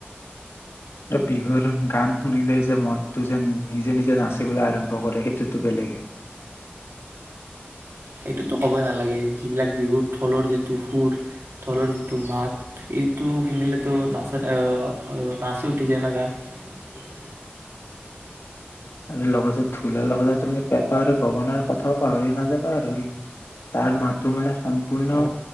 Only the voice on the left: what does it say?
আৰু বিহুৰ গান শুনিলে যে মনটো যে নিজে নিজে নাচিবলৈ আৰম্ভ কৰে সেইটোতো বেলেগে।
আৰু লগতে ঢোলৰ লগতে তুমি পেপা আৰু গগনাৰ কথাও পাহৰি নাযাবা আৰু সি তাৰ মাতো মানে, সম্পূৰ্ণ